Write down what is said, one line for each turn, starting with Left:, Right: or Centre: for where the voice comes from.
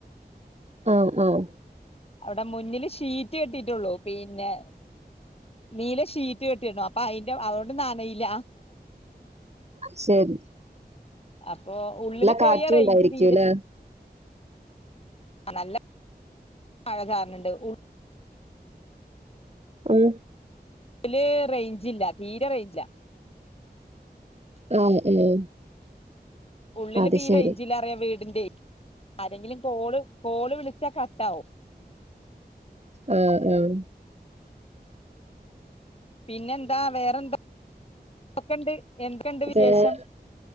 Right: ആഹ്, ആഹ്
Left: അവിടെ മുന്നില് ഷീറ്റ് കെട്ടിയിട്ടുള്ളൂ. പിന്നെ നീല ഷീറ്റ് കെട്ടിണ്ട്. അപ്പൊ അയിന്റെ അതുകൊണ്ട് നനയില്ല.
Right: ശെരി.
Left: അപ്പൊ ഉള്ളില് പോയ
Right: കാറ്റും
Left: റേഞ്ച്
Right: ഉണ്ടായിരിക്കും
Left: തീരെ
Right: അല്ലേ
Left: നല്ല മഴ ചാറണ് ണ്ട്. ഉ
Right: ഉം.
Left: അല് റേഞ്ചില്ല. തീരെ റേഞ്ചില്ല.
Right: <unintelligible>
Left: ഉള്ളില്
Right: അത്
Left: തീരെ
Right: ശരി
Left: ഇഞ്ചിലറിയ വീടിന്റെ ആരെങ്കിലും കോള്, കോള് വിളിച്ചാ കട്ടാവും.
Right: ആ ഉം.
Left: പിന്നെ എന്താ വേറെന്താ ന്തക്കെണ്ട് എന്തുണ്ട് വിശേഷം.
Right: വേ-